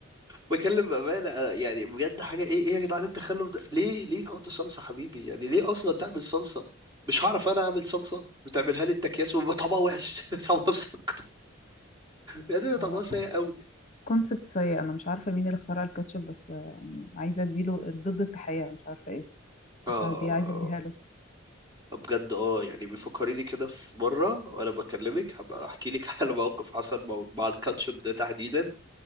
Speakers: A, on the right; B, on the left.
A: بكلم بامانه أنا يعني بجد حاجه ايه ايه يا جدعان التخلف ده ليه ليه تحط صلصه حبيبي يعني ليه اصلا تعمل صلصه مش هعرف انا اعمل صلصه بتعملها لي انت اكياس وبيبقى طعمها وحش <laughs> طعمها مسكر يعني بيبقى
B: <laughs> لا
A: طعمها سيء قوي
B: كونسبت سيء أنا مش عارفة مين اللي اخترع الكاتشب بس يعني عايزة أديله ضد التحية مش عارفة إيه
A: اه
B: بس دي عايزة
A: اه
B: أديها له
A: اه بجد اه يعني بيفكريني كده في مره وانا بكلمك هبقى احكي لك <laughs> على موقف حصل مع مع الكاتشب ده تحديدا